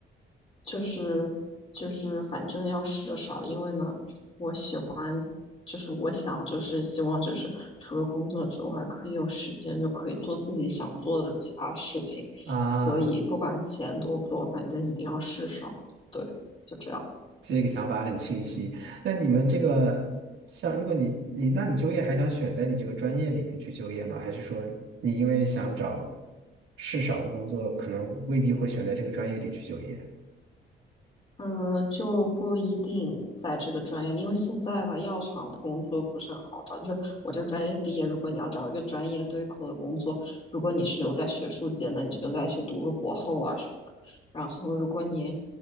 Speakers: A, on the left; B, on the right.
A: 就是就是反正要事少，因为呢，我喜欢，就是我想就是希望就是除了工作之外，可以有时间就可以做自己想做的其他事情。
B: 啊。
A: 所以不管钱多不多，反正一定要事少。对，就这样。
B: 这个想法很清晰。那你们这个像，如果你你那你就业还想选在你这个专业里面去就业吗？还是说你因为想找事少的工作，可能未必会选在这个专业里去就业？
A: 嗯，就不一定在这个专业里因为现在吧，药厂的工作不是很好找。就是我这个专业毕业，如果你要找一个专业对口的工作，如果你是留在学术界，那你就再去读个博后啊什么。的。然后，如果你